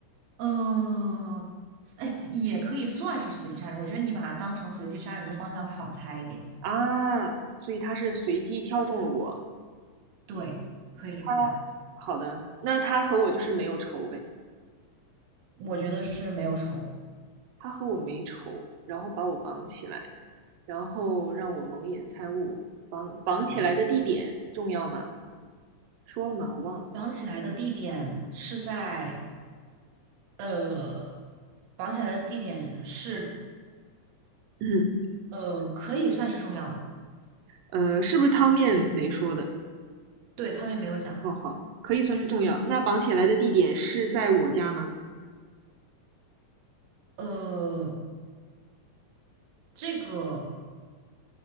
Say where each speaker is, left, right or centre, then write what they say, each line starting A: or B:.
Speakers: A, on the right; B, on the right.
A: 嗯，哎，也可以算是随机杀人。我觉得你把它当成随机杀人的方向会好猜一点。
B: 啊，所以他是随机挑中了我。
A: 对，可以这么讲。
B: 啊，好的，那他和我就是没有仇呗。
A: 我觉得是没有仇。
B: 他和我没仇，然后把我绑起来，然后让我蒙眼猜物。绑绑起来的地点重要吗？
A: 嗯，
B: 说了吗？我忘了。
A: 绑起来的地点是在呃，绑起来的地点是
B: 嗯，
A: 呃，可以算是重要的。
B: 呃，是不是汤面没说的？
A: 对，他们也没有讲。
B: 哦，好，可以算是重要。那绑起来的地点是在我家吗？
A: 呃，这个